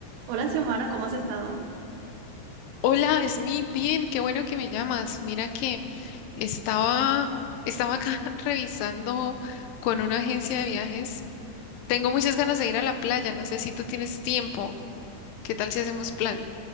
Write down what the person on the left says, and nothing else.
Hola, Smith, bien, qué bueno que me llamas. Mira que estaba, estaba acá <laughs> revisando con una agencia de viajes. Tengo muchas ganas de ir a la playa, no sé si tú tienes tiempo. ¿Qué tal si hacemos plan?